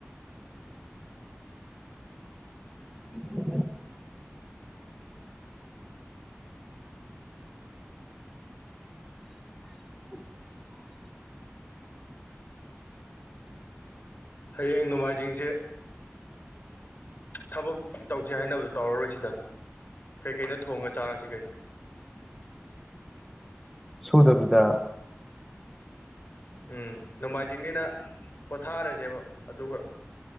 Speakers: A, in the centre; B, on the left (about 45°).
A: ꯎꯝ <inaudible>
B: ꯍꯌꯦꯡ ꯅꯣꯡꯃꯥꯏꯖꯤꯡꯁꯦ ꯊꯕꯛ ꯇꯧꯁꯦ ꯍꯥꯏꯅꯕꯗꯣ ꯇꯧꯔꯔꯣꯏꯁꯤꯗ ꯀꯩꯀꯩꯅ ꯊꯣꯡꯉ ꯆꯥꯔꯁꯤ ꯀꯩꯅꯣ
A: ꯁꯨꯗꯕꯤꯗ
B: ꯎꯝ ꯅꯣꯡꯃꯥꯏꯖꯤꯡꯅꯤꯅ ꯄꯣꯊꯥꯔꯁꯦꯕ ꯑꯗꯨꯒ